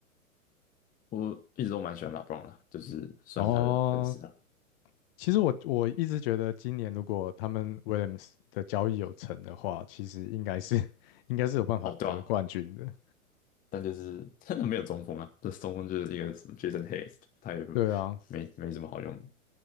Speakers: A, on the left; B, on the left.
A: 我一直都蛮喜欢拉布朗的，就是算是他的粉丝了。
B: 哦，其实我我一直觉得今年如果他们 Williams 的交易有成的话，其实应该是 <laughs> 应该是有办法得冠军的。
A: 哦，对啊，但就是真的没有中锋啊，这中锋就是一个什么 Jason Hayes，他也
B: 对啊，
A: 没没什么好用，